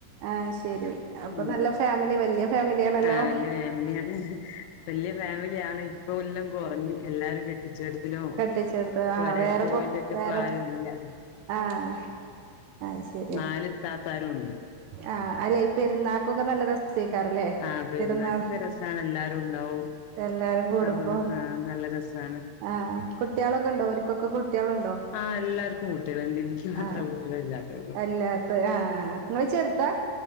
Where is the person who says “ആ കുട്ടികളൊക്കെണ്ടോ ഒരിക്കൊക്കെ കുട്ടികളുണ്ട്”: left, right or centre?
Right